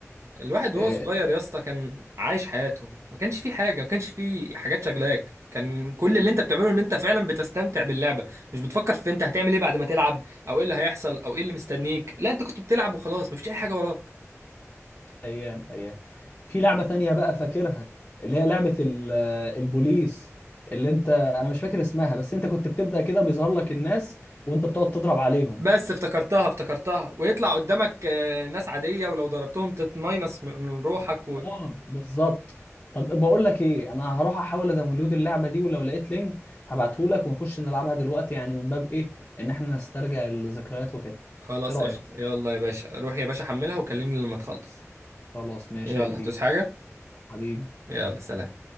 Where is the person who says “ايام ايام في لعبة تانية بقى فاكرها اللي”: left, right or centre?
Left